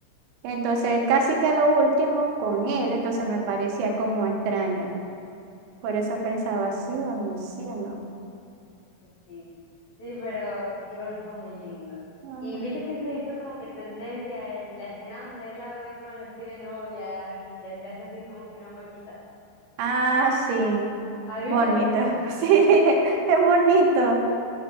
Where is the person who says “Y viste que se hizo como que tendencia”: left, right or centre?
Left